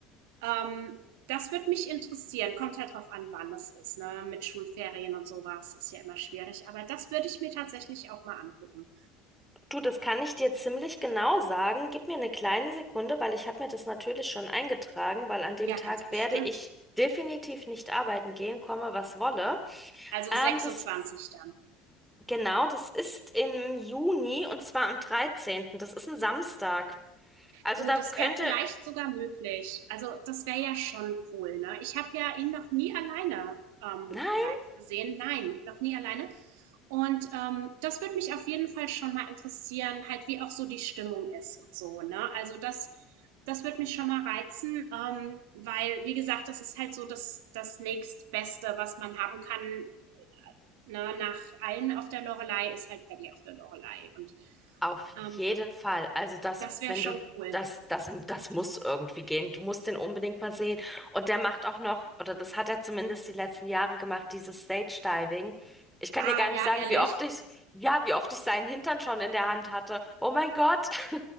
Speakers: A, on the right; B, in the centre.
A: Ähm, das würde mich interessieren. Kommt halt drauf an, wann das ist, ne? Mit Schulferien und sowas ist ja immer schwierig, aber das würde ich mir tatsächlich auch mal angucken.
B: Du, das kann ich dir ziemlich genau sagen. Gib mir eine kleine Sekunde, weil ich habe mir das natürlich schon eingetragen, weil an dem
A: Ja,
B: Tag
A: ganz bestimmt.
B: werde ich definitiv nicht arbeiten gehen, komme was wolle.
A: Also
B: Ähm,
A: 26
B: das
A: dann.
B: genau, das ist im Juni und zwar am dreizehnten. Das ist ein Samstag. Also
A: Du,
B: da
A: das
B: könnte,
A: wäre vielleicht sogar möglich. Also das wäre ja schon cool, ne? Ich habe ja ihn noch nie alleine ähm,
B: nein.
A: live gesehen. Nein, noch nie alleine. Und ähm, das würde mich auf jeden Fall schon mal interessieren, halt wie auch so die Stimmung ist und so, ne? Also das, das würde mich schon mal reizen, ähm, weil, wie gesagt, das ist halt so das, das nächstbeste, was man haben kann, ne? Nach allen auf der Loreley ist halt Paddy auf der Loreley. Und
B: Auf
A: ähm,
B: jeden Fall. Also das,
A: das wäre
B: wenn
A: schon
B: du
A: cool.
B: das, das, das muss irgendwie gehen. Du musst den unbedingt mal sehen. Und der macht auch noch, oder das hat er zumindest die letzten Jahre gemacht, dieses Stage Diving. Ich kann
A: Ah,
B: dir gar nicht
A: ja,
B: sagen,
A: ehrlich.
B: wie oft ich, ja, wie oft ich seinen Hintern schon in der Hand hatte. Oh mein Gott, <laughs>